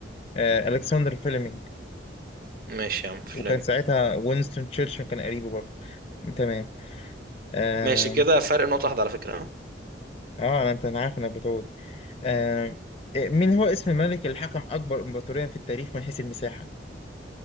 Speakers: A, on the left (about 35°); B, on the right (about 55°).
A: آه، الكسندر فيلمينج
B: ماشي يا عم فلمي
A: وكان ساعتها وينستون تشرشل كان قريبه برضه تمام اه,
B: ماشي كده فرق نقطة واحدة على فكرة ها
A: آه انا انت انا عارف انك بتقول آه من هو اسم ملك الحكم أكبر إمبراطورية في التاريخ من حيث المساحة؟